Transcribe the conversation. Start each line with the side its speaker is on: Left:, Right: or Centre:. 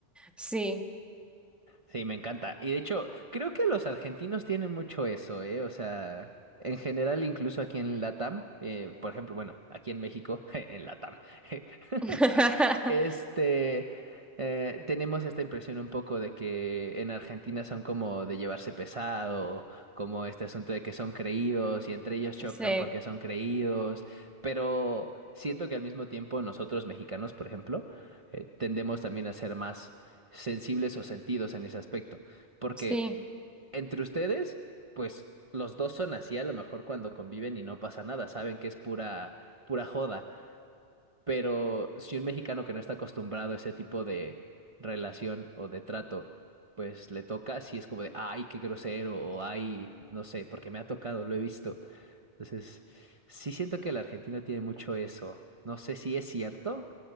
Centre: Sí.
Right: Sí, me encanta. Y de hecho, creo que los argentinos tienen mucho eso, ¿eh? O sea, en general, incluso aquí en Latam, eh, por ejemplo, bueno, aquí en México, <laughs> en Latam, <laughs>
Centre: <laughs>
Right: este, eh, tenemos esta impresión un poco de que en Argentina son como de llevarse pesado, como este asunto de que son creídos y entre ellos chocan
Centre: Sí,
Right: porque son creídos, pero siento que al mismo tiempo nosotros mexicanos, por ejemplo, eh, tendemos también a ser más sensibles o sentidos en ese aspecto. Porque
Centre: sí,
Right: entre ustedes, pues los dos son así a lo mejor cuando conviven y no pasa nada, saben que es pura, pura joda. Pero si un mexicano que no está acostumbrado a ese tipo de relación o de trato, pues le toca, así es como de, ay, qué grosero, o ay, no sé, porque me ha tocado, lo he visto. Entonces, sí siento que el argentino tiene mucho eso. No sé si es cierto